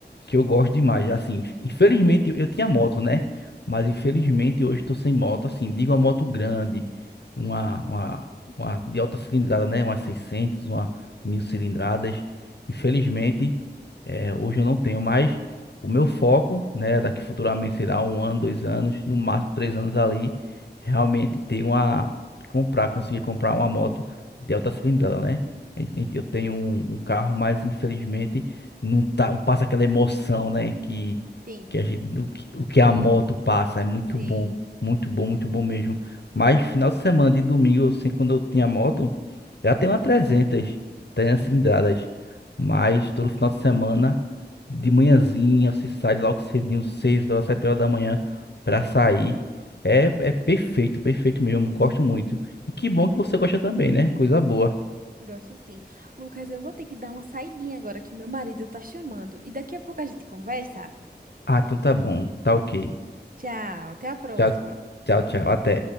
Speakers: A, on the left; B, on the right.
A: que eu gosto demais? Assim, infelizmente eu eu tinha moto, né? Mas infelizmente hoje eu tô sem moto. Assim, digo uma moto grande, uma, uma, uma de alta cilindrada, né? Uma seiscentos uma 1000 cilindradas. Infelizmente, eh, hoje eu não tenho mais. O meu foco, né? Daqui futuramente, sei lá, um ano, dois anos, no máximo três anos ali, realmente ter uma. Comprar, conseguir comprar uma moto de alta cilindrada, né? Eu eu tenho um um carro, mas infelizmente não tá, não passa aquela emoção, né, que
B: Entendi.
A: que a gente, o que, o que a moto passa, é muito
B: <laughs> Sim,
A: bom, muito bom,
B: sim.
A: muito bom mesmo. Mas final de semana de domingo, assim, quando eu tinha moto, já tem uma 300 300 cilindradas. Mas todo final de semana, de manhãzinha, você sai logo cedinho, 6 horas, 7 horas da manhã pra sair. É, é perfeito, perfeito mesmo, gosto muito. E que bom que você gosta também, né? Coisa boa.
B: Gosto sim. Lucas, eu vou ter que dar uma saidinha agora que meu marido tá chamando. E daqui a pouco a gente conversa.
A: Ah, então tá bom, tá ok.
B: Tchau, até a próxima.
A: Tchau, tchau, tchau, até.